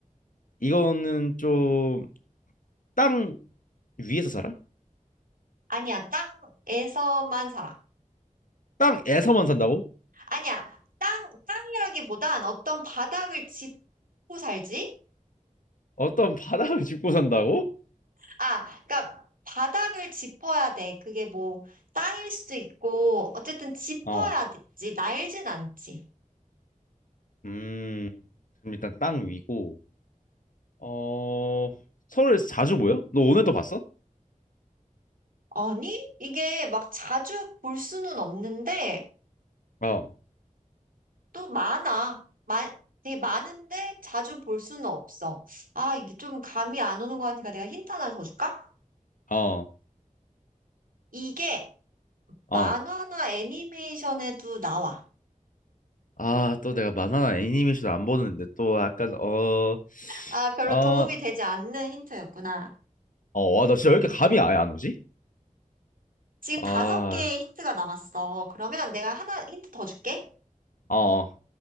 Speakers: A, on the left (about 70°); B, on the right (about 80°).
A: 이거는 좀 땅 위에서 살아?
B: 아니야, 땅에서만 살아.
A: 땅에서만 산다고?
B: 아니야, 땅, 땅이라기보단 어떤 바닥을 짚고 살지?
A: 어떤 바닥을 <laughs> 짚고 산다고?
B: 아, 그러니까 바닥을 짚어야 돼. 그게 뭐 땅일 수도 있고 어쨌든 짚어야
A: 어.
B: 되지. 날진 않지.
A: 음. 그럼 일단 땅 위고. 어. 서울에서 자주 보여? 너 오늘도 봤어?
B: 아니, 이게 막 자주 볼 수는 없는데
A: 어.
B: 또 많아. 마, 되게 많은데 자주 볼 수는 없어. 아, 이게 좀 감이 안 오는 것 같으니까 내가 힌트 하나 더 줄까?
A: 어.
B: 이게
A: 어.
B: 만화나 애니메이션에도 나와.
A: 아, 또 내가 만화나 애니메이션 안 보는데 또 약간 어.
B: 아, 별로
A: 어.
B: 도움이 되지 않는 힌트였구나.
A: 어, 와, 나 진짜 왜 이렇게 감이 아예 안 오지?
B: 지금
A: 아.
B: 다섯 개의 힌트가 남았어. 그러면 내가 하나 힌트 더 줄게.
A: 어. 어.